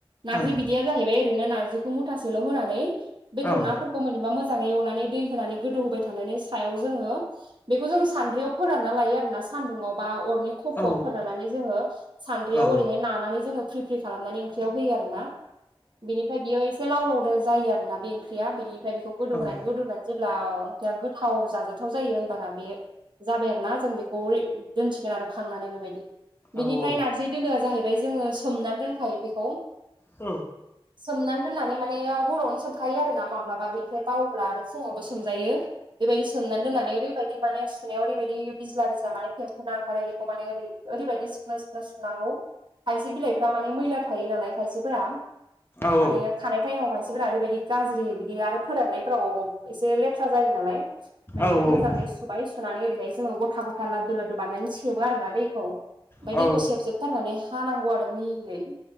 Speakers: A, on the right; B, on the left.
A: नारजि
B: ओं
A: बिदैया जाहैबाय ओरैनो नारजैखौ मुथासेल होनानै बेदर
B: ओं
A: नाफोरखौ मोनबा मोजाङै एवनानै दै होनानै गोदौ होबाय थानानै सायाव जोङो बेखौ जों सान्द्रियाव फोरानना लायो आरोना सान्दुंङाव बा अर खफआव
B: औ
A: फोराननानै‌ जोङो सानद्रैयाव
B: औ
A: ओरैहाय नानानै जोङो फ्रि फ्रि खालामनानै ओंख्रियाव होयो आरोना बिनिफाय बेयाव एसे लाव लाव दो जायो आरोना बे ओंख्रिया बेनिफ्राय बेखौ गोदौ
B: औ ओं
A: होनानै गोदौनानै जेब्ला ओंख्रिया गोथाव जाजाथाव जायो होनबाना बे जाबाय आरो ना जों बेखौ दोनसिगोन आरो खांनानै बेबायदि बेनिफ्राय
B: औ ओं
A: नारजै दोलोआ जाहैबाय जोङो सोमनानै दोनखायो बेखौ
B: औ
A: सोमना दोन दोननानै माने हरावनो सोमखायो आरो ना माब्लाबा बेनिफ्राय बावोब्ला आरो फुङावबो सोमजायो बेबायदि सोमनानै दोननानै ओरैबायदि माने सुनायाव ओरैबायदि बिज्ला बिज्ला माने फेमखोना ओंखारो बेखौ माने ओरै ओरैबायदि सिख्न सिख्न सुनांगौ खायसे बिलाइफोरा माने मैला थायो नालाय खायसेफोरा
B: औ
A: माने खानाय टाइमाव खायसेफोरा ओरैबायदि गाज्रि बिदि आरो फोराननायफ्राव एसे लेथ्रा जायो नालाय बेनिफ्राय
B: औ
A: मोजाङै
B: औ
A: सुबाय सुनानै ओरैहाय जोङो गथा गथा लादु लादु बानायनानै सेबो आरो ना दै खौ ओमफाय
B: औ
A: दैखौ सेबजोबथारनानै हानांगौ आरो मिहियै।